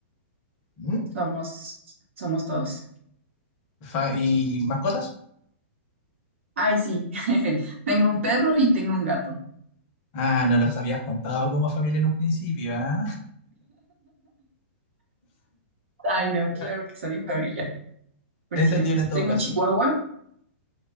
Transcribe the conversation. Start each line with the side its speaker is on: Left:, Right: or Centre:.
Left: ¿Mm?
Right: Somos, somos todos.
Left: Fa- ¿Y mascotas?
Right: Ay, sí, <laughs> tengo un perro y tengo un gato.
Left: Ah, no los habías contado como familia en un principio, ¿ah?
Right: Ay, no,
Left: <laughs>
Right: claro que son mi familia. Preciosos.
Left: Entendible en todo
Right: Tengo
Left: caso.
Right: un chihuahua,